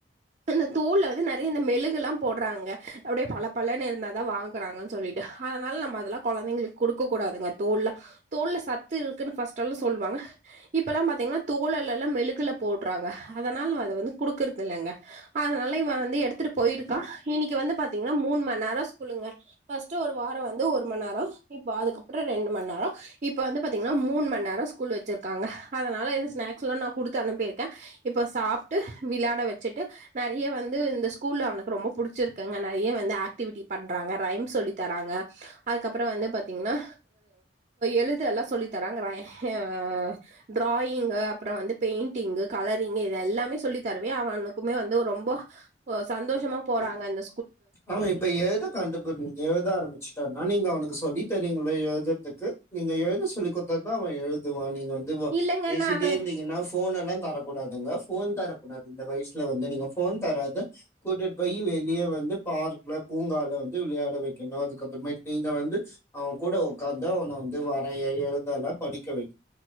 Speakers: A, on the right (about 45°); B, on the left (about 15°).
A: இந்த தோல்ல வந்து நிறைய இந்த மெழுகெல்லாம் போடுறாங்க அப்படியே பல பலன்னு இருந்தா தான் வாங்குறாங்கன்னு சொல்லிட்டு அதனால நம்ப அதெல்லாம் குழந்தைங்களுக்கு கொடுக்க கூடாதுங்க தோல்ல தோல் ல சத்து இருக்குன்னு ஃபர்ஸ்ட் எல்லாம் சொல்லுவாங்க இப்பல்லாம் பா்த்தீங்கன்னா தோழல்ல எல்லாம் மெழுகுல போடுறாங்க அதனால அத வந்து குடுக்குறத இல்லைங்க அதனால இவன் வந்து எடுத்துட்டு போயிருக்கான் இன்னைக்கு வந்து பாத்தீங்கன்னா மூணு மணி நேரம் ஸ்கூளுங்க பர்ஸ்ட் ஒரு வாரம் வந்து ஒரு மணி நேரம் இப்ப அதுக்கப்பறம் ரெண்டு மணி நேரம் இப்ப வந்து பாத்தீங்கன்னா மூணு மணி நேரம் ஸ்கூல் வச்சி இருக்காங்க அதனால எதுவும் ஸ்நாக்ஸ்லாம் நான் கொடுத்து அனுப்பியிருக்கேன் இப்போ சாப்பிட்டு விளையாட வச்சுட்டு நிறைய வந்து இந்த ஸ்கூல அவனுக்கு ரொம்ப பிடிச்சிருக்கங்க நிறைய வந்து ஆக்ட்டிவிட்டி பண்ணுறாங்க ரைம் சொல்லி தராங்க அதுக்கப்பறம் வந்து பார்த்தீங்கன்னா எழுத ஆஹ் எல்லாம் சொல்லி தராங்க ஆஹ் டிராயிங்கு அப்பறம் வந்து பெயிண்டிங் கலரிங் இது எல்லாமே சொல்லி தரவே அவனுக்குமே வந்து ரொம்ப சந்தோஷமா போறாங்க அந்த
B: ஆமா இப்ப எத கண்டுபுடிச் எழுத ஆரமிச்சுட்டானு ஆ நீங்க அவனுக்கு சொல்லி தரீங்களா எழுதிரத்துக்கு நீங்க எழுத சொல்லி கொடுத்தாதா அவன் எழு இது வானி நீங்க வந்து
A: இல்லங்க
B: பேசிட்டே
A: நானு
B: இருந்தீங்கன்னா போன் எல்லாம் தரக்கூடாதுங்க போன் தரக்கூடாது இந்த வயசுல வந்து நீங்க போன் தராத கூட்டிட்டு போய் வெளியே வந்து பார்க்ல பூங்கால வந்து விளையாட வைக்கணும் அதுக்கப்புறமே நீங்க வந்து அவன் கூட உக்காந்து அவனை வந்து வரைய எழுதல படிக்க வைக்க